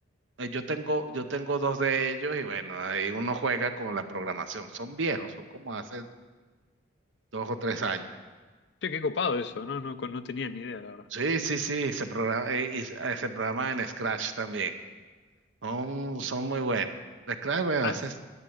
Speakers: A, on the right; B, on the left.
A: Eh, Yo tengo, yo tengo dos de ellos y bueno, ahí uno juega con la programación. Son viejos, son como hace dos o tres años.
B: Che, qué copado eso, no, no, no tenía ni idea, la verdad.
A: Sí, sí, sí, se programa, eh, y eh, se programa en Scratch también. Son, son muy buenos. De Scratch, bueno,
B: ¿Has,
A: ese es